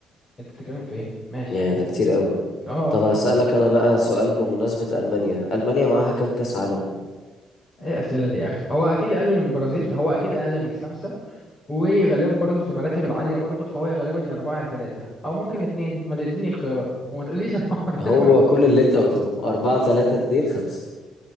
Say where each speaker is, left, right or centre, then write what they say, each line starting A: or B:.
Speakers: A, on the left (about 35°); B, on the left (about 60°).
A: انت بتتكلم في ايه ماشي
B: يا
A: ماشي
B: ده كتير قوي
A: اه
B: طب هسألك انا بقى سؤال بمناسبه المانيا المانيا معاها كام كاس عالم
A: ايه الاسئله دي يا اخي هو اكيد اقل من البرازيل فهو اكيد اقل من خمسه وغالبا برضه في المراتب العاليه برضه فهو غالبا يا اربعه يا ثلاثه او ممكن اتنين ما تديني اختيارات وما تقوليش اربعه <laughs>
B: هو
A: ولا
B: كل اللي انت قلته أربعة تلاتة اتنين خمسة